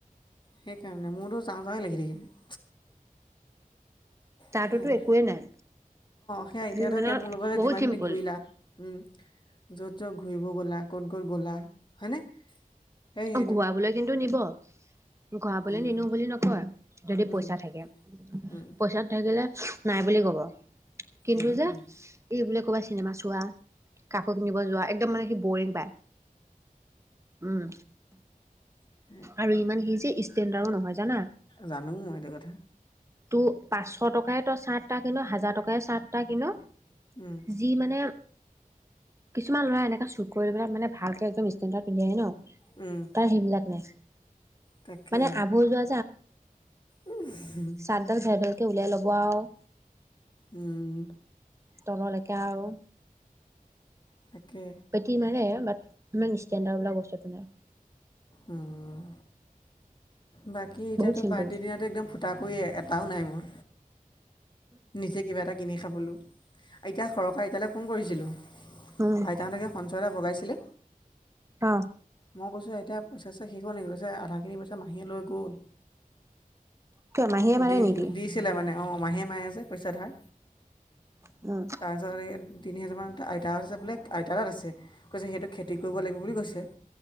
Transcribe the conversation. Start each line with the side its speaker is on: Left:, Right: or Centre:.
Left: সেইকাৰণে মোৰতো যাওঁ যাওঁ লাগি থাকে।
Right: তাৰতোতো
Left: অ',
Right: একোৱেই নাই
Left: সেয়া এতিয়া
Right: সি
Left: ধৰ
Right: মানে
Left: এতিয়া মোৰ লগত যে
Right: বহুত
Left: যিমানখিনি
Right: চিম্পুল।
Left: ঘূৰিলা। উম, য'ত য'ত ঘূৰিব গ'লা, ক'ত ক'ত গ'লা হয়নে? সেইখিনিতো
Right: অ', ঘূৰাবলৈ কিন্তু নিব। ঘূৰাবলৈ
Left: উম,
Right: নিনো বুলি নকয়, যদি
Left: উম,
Right: পইচা থাকে,
Left: উম,
Right: পইচাত থাকিলে নাই বুলি কব, কিন্তু
Left: উম।
Right: যে এই বোলে ক'বাত চিনেমা চোৱা কাপোৰ কিনিব যোৱা একদম মানে সি বৰিং পায়, উম,
Left: উম,
Right: আৰু ইমান সি যে ষ্টেণ্ডাৰো নহয় জানা?
Left: জানো মই এইটো কথা।
Right: ত' পাঁচশ টকাই তই চাৰ্ট এটা কিন' হাজাৰ টকাই চাৰ্ট এটা কিন'
Left: উম,
Right: যি মানে কিছুমান ল'ৰা এনেকে চুট কৰি পেলাই মানে ভালকে একদম ষ্টেন্ডাৰ্ড পিন্ধি আহে ন'।
Left: উম,
Right: অ', সেইবিলাক নাই।
Left: তাকে,
Right: মানে আভজোৱা
Left: উম,
Right: চাৰ্ট ডাল ভেভেলকে উলাই ল'ব আৰু।
Left: উম,
Right: তললৈকে আৰু।
Left: তাকে।
Right: বেটি ইমানে বাট ইমান ষ্টেণ্ডাৰ্ড বোলা বস্তুটো নাই।
Left: উম উম, বাকী এতিয়াতো
Right: বহুত চিম্পুল
Left: বাৰ্থডে দিনাটো একদম। ফুটা কৰি এটাও নাই মোৰ। যে কিবা এটা কিনি খাবলৈ আইতা সৰকা আইতালৈ ফোন কৰিছিলোঁ।
Right: উম
Left: আইতাহঁতকে সঞ্চয় এটা ভগাইছিলে।
Right: অঁ,
Left: মই কৈছো আইতা পইচা চইচা শেষ হ'ল নেকি কৈছে আধাখিনি পইচা মাহীয়ে লৈ গ'ল।
Right: কিয় মাহীয়ে মাৰে
Left: দি
Right: নেকি
Left: দিছিলে মানে অঁ মাহীয়ে মাৰে যে পইচা ধাৰ।
Right: উম।
Left: তাৰপিছত এই তিনি হাজাৰমান আইতাৰ আছে বেলেগ আইতাৰ ওচৰত আছে কৈছে সেইটো খেতি কৰিব লাগিব বুলি কৈছে।